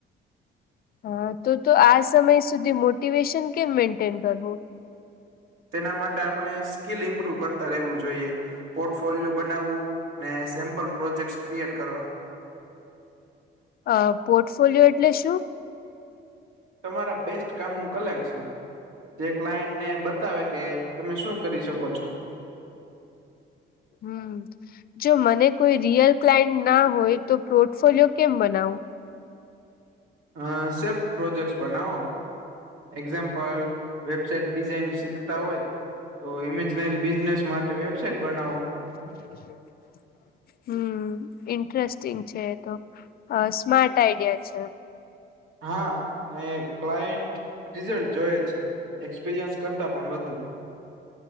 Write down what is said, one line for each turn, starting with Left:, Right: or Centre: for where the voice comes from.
Left: હા તો તો આ સમય સુધી મોટિવેશન કેમ મેન્ટેન કરવું
Right: તેના માટે આપણે સ્કીિલ ઇમ્પ્રુવ કરતા રહેવું જોઈએ પોર્ટફોલિયો બનાવવું ને સેમ્પલ પ્રોજેક્ટ ક્રિએટ કરવા
Left: અ પોર્ટફોલિયો એટલે શું
Right: તમારા બેસ્ટ કામ નું કલેક્શન જે ક્લાયન્ટને બતાવે કે તમે શું કરી શકો છો
Left: હમ જો મને કોઈ રિયલ ક્લાયન્ટ ના હોય તો પોર્ટફોલિયો કેમ બનાવું
Right: હ સેલ્ફ પ્રોજેક્ટ બનાઓ એક્ઝામ્પલ વેબસાઇટ ડિઝાઇન શીખતા હોય તો ઇમેજનરી બિઝનેસ માટે વેબસાઇટ બનાવો
Left: <inaudible> હમ ઇન્ટરેસ્ટિંગ છે તો સ્માર્ટ આઈડિયા છે
Right: હા ને ક્લાયન્ટ રિઝલ્ટ જોય છે એક્સપિરિયન્સ કરતા પણ વધુ